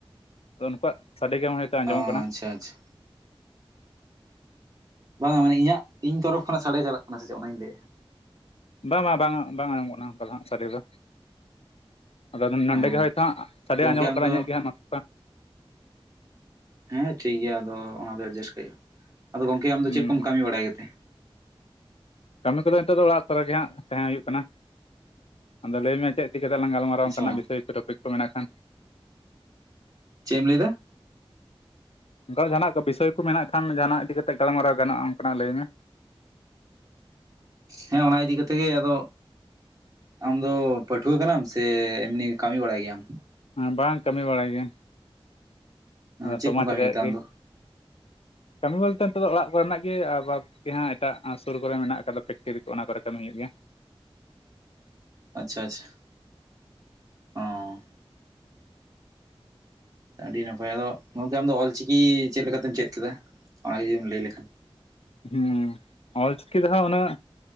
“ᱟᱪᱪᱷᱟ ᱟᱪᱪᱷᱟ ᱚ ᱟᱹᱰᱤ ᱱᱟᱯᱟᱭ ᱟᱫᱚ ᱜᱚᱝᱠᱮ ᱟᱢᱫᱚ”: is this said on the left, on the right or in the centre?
Right